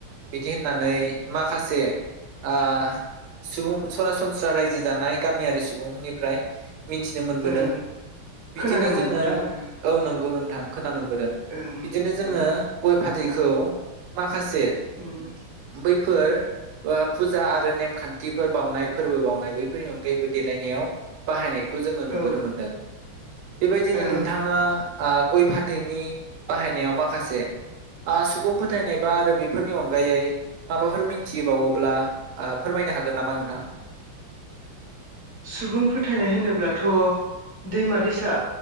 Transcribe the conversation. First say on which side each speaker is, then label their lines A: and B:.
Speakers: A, on the right (about 85°); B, on the right (about 45°).
A: बिदि होननानै माखासे आ सुबुं सरासनस्रा रायजो जानाय गामियारि सुबुंफोरनिफ्राय मिनथिनो मोनबोदों
B: ओं
A: बिदिनो
B: खोनानो मोनबोदों
A: जोङो
B: आरोना
A: नोंगौ नोंथां खोनानो मोनबो
B: ओं
A: बिदिनो जोङो
B: औ
A: गय फाथै <unintelligible> माखासे
B: ओम
A: बै फोर फुजा आरो नेम खान्थिफोर बावनाय फोरबो बावनाय बैफोरनि अनगायैबो देलायनायाव बाहायनाय बेखौ जोङो
B: औ
A: नुबोनो मोनदों बेबायदिनो
B: ओं
A: नोंथाङा <unintelligible> गय फाथैनि बाहायनायाव माखासे ओ सुबुं फोथायनाय बा आरो बेफोरनि अनगायै माबाफोर मोनथिबावोब्ला आ फोरमायनो हागोन नामा नोंथां
B: सुबुं फोथायनाय होनोब्लाथ' दैमा दैसा